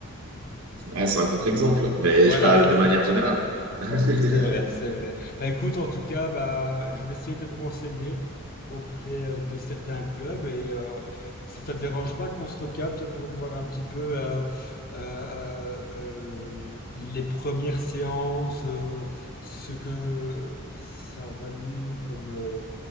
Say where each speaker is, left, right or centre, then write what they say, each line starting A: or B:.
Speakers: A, on the right; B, on the left.
A: Ah, c'est un contre-exemple, mais
B: Voilà,
A: je parle
B: c'est
A: de
B: ça.
A: manière générale. <laughs>
B: Ouais, c'est vrai, c'est vrai. Bah, écoute, en tout cas, bah, je vais essayer de me renseigner auprès euh, de certains clubs et euh, si ça ne te dérange pas qu'on se recapte pour voir un petit peu euh, euh, euh, les premières séances, euh, ce que ça a valu comme, euh,